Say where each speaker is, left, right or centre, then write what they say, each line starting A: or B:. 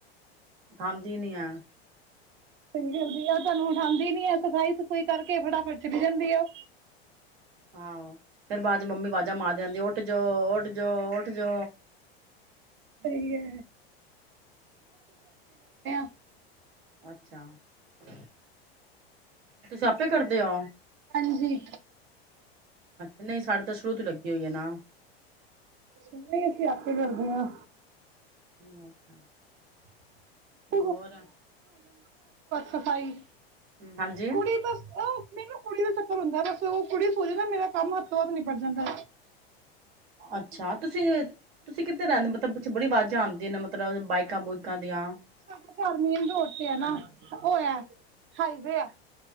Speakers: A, on the right; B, on the right.
A: <unintelligible>
B: <unintelligible> ਉਠਾਉਂਦੀ ਨੀ ਹੈ ਸਫਾਈ ਸਫੂਈ ਕਰਕੇ ਫਟਾਫਟ ਚੱਲੀ ਜਾਂਦੀ ਓਹ
A: ਆਹੋ ਫੇਰ ਬਾਦ ਚ ਮੰਮੀ ਅਵਾਜ਼ਾਂ ਮਾਰਦੀ ਰਹਿੰਦੀ ਉੱਠ ਜੋ ਉੱਠ ਜੋ ਉੱਠ ਜੋ
B: ਸਹੀ ਹੈ <unintelligible>
A: <inaudible> ਤੁਸੀਂ ਆਪੇ ਕਰਦੇ ਓ
B: ਹਾਂਜੀ
A: ਨਹੀਂ ਸਾਡੇ ਤਾਂ ਸ਼ੁਰੂ ਤੋਂ ਲੱਗੀ ਹੋਈ ਏ ਨਾ
B: ਨਹੀਂ ਅਸੀਂ ਆਪੇ ਕਰਦੇ ਆਂ
A: <inaudible>
B: <unintelligible>
A: ਹੋਰ
B: ਸਫ਼ਾਈ
A: ਹਾਂਜੀ
B: ਕੁੜੀ ਤਾਂ ਮੈਨੂੰ ਕੁੜੀ ਦਾ ਚੱਕਰ ਹੁੰਦੈ ਬਸ ਉਹ ਕੁੜੀ ਸੋ ਜੇ ਨਾ ਮੇਰਾ ਕੰਮ ਹੱਥੋ ਹੱਥ ਨਿੱਬੜ ਜਾਂਦੈ।
A: ਅੱਛਾ ਤੁਸੀਂ ਤੁਸੀਂ ਕਿੱਧਰ ਰਹਿੰਦੇ ਮਤਲਬ ਪਿੱਛੋਂ ਬੜੀ ਆਵਾਜ਼ਾਂ ਆਂਦੀਆਂ ਨੇ ਮਤਲਬ ਬਾਈਕਾਂ ਬੁਇਕਾਂ ਦੀਆਂ
B: ਸਾਡਾ ਘਰ ਮੇਨ ਰੋਡ ਤੇ ਹੈ ਨਾ ਹੋਇਆ ਹਾਈ ਵੇ ਐ